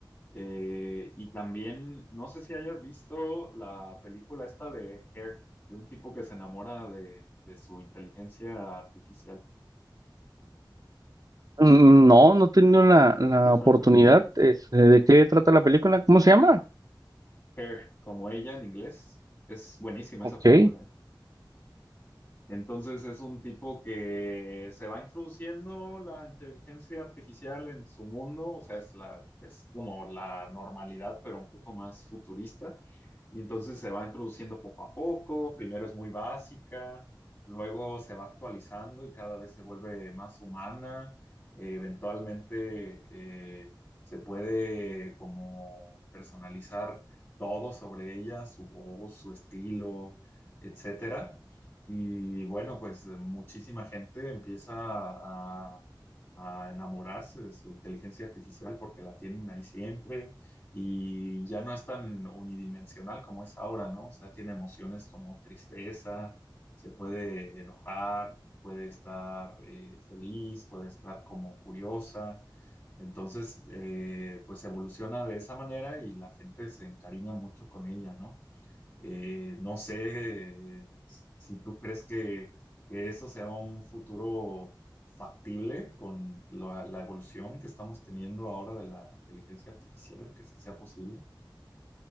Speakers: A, on the left; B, on the right.
A: Eh, y también, no sé si hayas visto la película esta de Air, de un tipo que se enamora de, de su inteligencia artificial.
B: Mm, No, no he tenido la,
A: <laughs>
B: la oportunidad. este, ¿de qué trata la película? ¿Cómo se llama?
A: Hair, como ella en inglés. Es buenísima
B: Ok.
A: esa película, ¿eh? Entonces es un tipo que se va introduciendo la inteligencia artificial en su mundo, o sea, es la, es como la normalidad, pero un poco más futurista. Y entonces se va introduciendo poco a poco, primero es muy básica, luego se va actualizando y cada vez se vuelve más humana. Eh, eventualmente eh, se puede como personalizar todo sobre ella, su voz, su estilo, etcétera. Y bueno, pues eh, muchísima gente empieza a, a enamorarse de su inteligencia artificial porque la tienen ahí siempre y ya no es tan unidimensional como es ahora, ¿no? O sea, tiene emociones como tristeza, se puede enojar, puede estar eh, feliz, puede estar como curiosa. Entonces, eh, pues evoluciona de esa manera y la gente se encariña mucho con ella, ¿no? Eh, no sé eh, si tú crees que, que eso sea un futuro factible con la, la evolución que estamos teniendo ahora de la inteligencia artificial. ¿Crees que sea posible?